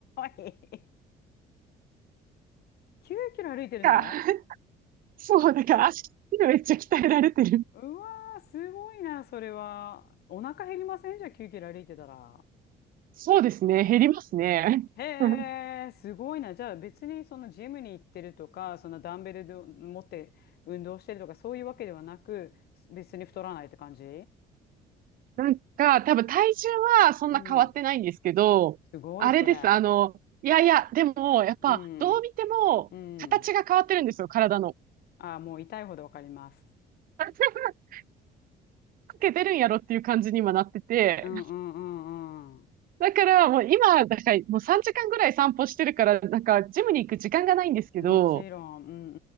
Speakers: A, on the left; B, on the right.
A: い。9キロ歩いてるの
B: か、<laughs> そう、だから足めっちゃ鍛えられてる。
A: うわー、すごいな、それは。お腹減りませんじゃあ9キロ歩いてたら。
B: そうですね、減りますね。
A: へえ、
B: <laughs>
A: すごいな。じゃあ別にそのジムに行ってるとか、そんなダンベルで持って運動してるとか、そういうわけではなく、別に太らないって感じ
B: なんか、多分体重はそんな変わってないんですけど、
A: うん。すごい、
B: あれです。
A: それ。
B: あの、いやいや、でも、やっぱ、
A: うん。
B: どう見ても、
A: うん。
B: 形が変わってるんですよ、体の。
A: ああもう痛いほどわかります。
B: <laughs> かけてるんやろっていう感じに今なってて。
A: うんうんうんうん。
B: だから、もう今、だからもう3時間ぐらい散歩してるから、なんか、ジムに行く時間がないんですけど、
A: もちろん。うん